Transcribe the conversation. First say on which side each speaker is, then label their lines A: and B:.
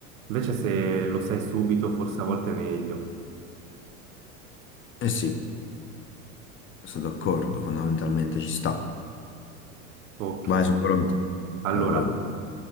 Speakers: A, on the right; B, on the left.
A: Invece se lo sai subito, forse a volte è meglio.
B: Eh sì, sono d'accordo, fondamentalmente ci sta.
A: Ok.
B: Vai, sono pronto.
A: Allora,
B: Sono pronto.